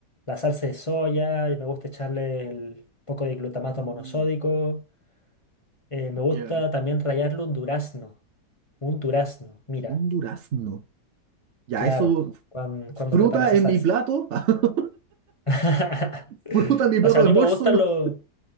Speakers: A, on the left (about 30°); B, on the right (about 70°).
A: la salsa de soya, y me gusta echarle el poco de glutamato
B: mm,
A: monosódico. Eh, me gusta
B: ya,
A: también rallarle un durazno. Un durazno, mira,
B: un durazno, ya,
A: claro,
B: eso,
A: cuan-
B: fruta
A: cuando preparo esa
B: en
A: salsa.
B: mi plato, <laughs>
A: <laughs>
B: fruta en mi plato
A: O sea,
B: de
A: a mí
B: almuerzo,
A: me gusta
B: no,
A: lo